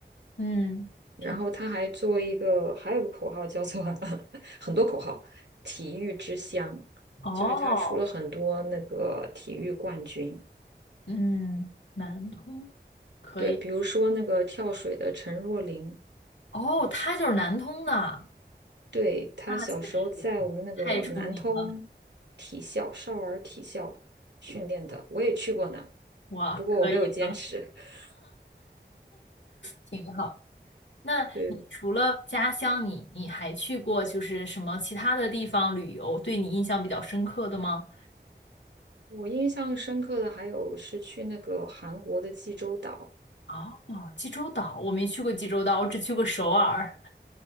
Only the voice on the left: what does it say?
嗯，
挺，
哦，
嗯，南通可以，
哦，他就是南通的，
那确实太出名了，
哇，
可以的，
挺好。那你除了家乡，
你你还去过就是什么其他的地方旅游，对你印象比较深刻的吗？
哦，济州岛，我没去过济州岛，我只去过首尔。